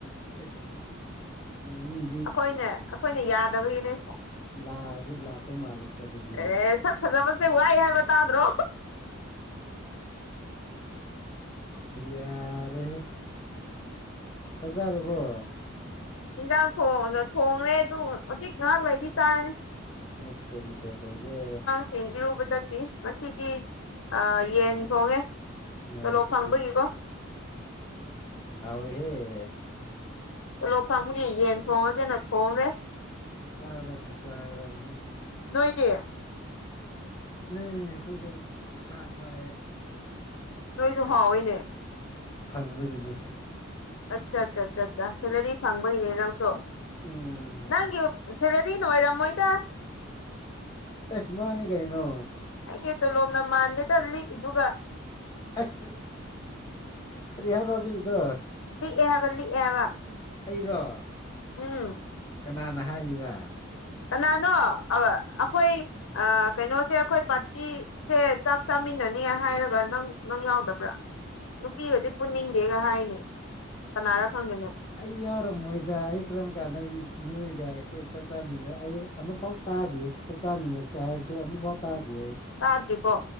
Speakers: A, on the left (about 20°); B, on the left (about 75°).
A: ꯑꯦ ꯃꯤꯗꯤ
B: ꯑꯩꯈꯣꯏꯅ ꯑꯩꯈꯣꯏꯅ ꯌꯥꯗꯕꯒꯤꯅꯦ
A: ꯂꯥꯛꯕꯗꯤ ꯂꯥꯛꯄ ꯃꯥꯜꯂꯦꯀꯣ ꯑꯗꯨꯗꯤ
B: ꯑꯦ ꯐꯖꯕꯁꯦ ꯋꯥꯏ ꯍꯥꯏꯕ ꯇꯥꯗ꯭ꯔꯣ
A: ꯌꯥꯔꯦ ꯆꯠ ꯆꯨꯔꯕꯣ
B: ꯍꯟꯖꯥꯡ ꯊꯣꯡꯗꯣ ꯊꯣꯡꯉꯦ ꯑꯗꯨ ꯍꯧꯖꯤꯛ ꯉꯥꯏꯍꯥꯛ ꯂꯩꯗꯤ ꯆꯥꯔꯅꯤ
A: ꯉꯁꯤ ꯀꯩ ꯃꯊꯦꯜ ꯊꯣꯡꯒꯦ
B: ꯆꯁꯤꯡ ꯏꯔꯨꯕ ꯆꯠꯈꯤ ꯉꯁꯤꯗꯤ ꯌꯦꯟ ꯊꯣꯡꯉꯦ
A: ꯑ
B: ꯇꯣꯂꯣꯞ ꯐꯪꯕꯒꯤꯀꯣ
A: ꯈꯥꯎꯍꯦ
B: ꯎꯝꯂꯣꯛꯐꯝꯪꯒꯤ ꯌꯦꯟ ꯊꯣꯡꯉꯒꯦꯅ ꯊꯣꯡꯈ꯭ꯔꯦ
A: ꯆꯥꯗꯅꯤ ꯆꯥꯗꯅꯤ
B: ꯅꯣꯏꯗꯦ
A: ꯑꯦ ꯑꯩꯈꯣꯏꯗ ꯎ ꯁꯥ ꯆꯦ
B: ꯅꯣꯏꯁꯨ ꯍꯥꯎꯑꯣꯏꯅꯦ
A: ꯐꯪꯕꯒꯤꯅꯦ
B: ꯑꯠꯆꯥ ꯑꯠꯆꯥꯠꯠ ꯁꯦꯂꯔꯤ ꯐꯪꯕꯒꯤꯔꯦ ꯅꯪꯁꯨꯣ
A: ꯎꯝ
B: ꯅꯪ ꯌꯁꯤꯂꯔꯤ ꯅꯣꯏꯔꯝ ꯃꯣꯏꯗ
A: ꯑꯦꯁ ꯃꯥꯅꯤ ꯀꯩꯅꯣ
B: ꯑꯩꯒꯤ ꯇꯣꯂꯣꯝꯅ ꯃꯥꯟꯗꯦꯗ ꯂꯤꯛꯏꯗꯨꯒ
A: ꯑꯁ ꯀꯔꯤ ꯍꯥꯏꯕ ꯍꯧꯖꯤꯛꯒꯤꯗꯣ
B: ꯂꯤꯦꯕ ꯂꯤꯦꯕ
A: ꯑꯩꯔꯣ
B: ꯎꯝ
A: ꯀꯅꯥꯅ ꯍꯥꯏꯔꯤꯕ
B: ꯀꯅꯥꯅꯣ ꯑꯩꯈꯣꯏ ꯀꯩꯅꯣꯁꯦ ꯑꯩꯈꯣꯏ ꯄꯥꯔꯇꯤ ꯁꯦ ꯆꯥꯛ ꯆꯥꯃꯤꯟꯅꯅꯤ ꯍꯥꯏꯔꯒ ꯅꯪ ꯅꯪ ꯌꯥꯎꯗꯕ꯭ꯔꯥ ꯅꯨꯄꯤꯒꯗꯤ ꯄꯨꯟꯅꯤꯡꯗꯦꯒ ꯍꯥꯏꯅꯦ ꯀꯅꯥꯔ ꯈꯪꯗꯦꯅꯣ
A: ꯑꯩ ꯌꯥꯎꯔꯝꯃꯣꯏꯗ ꯑꯩ ꯀꯔꯝ ꯀꯥꯟꯗ ꯅꯣꯏꯒ ꯑꯩꯈꯣꯏ ꯆꯥꯛ ꯆꯥꯃꯤꯅ ꯑꯩ ꯑꯃꯐꯥꯎ ꯇꯥꯗꯦ ꯆꯥꯛ ꯆꯥꯃꯤꯟꯅꯁꯤ ꯍꯥꯏꯕꯁꯨ ꯑꯃꯨꯛꯐꯥꯎ ꯇꯥꯗꯦ ꯑꯩ
B: ꯁꯥꯥꯇꯗꯤ ꯄꯣ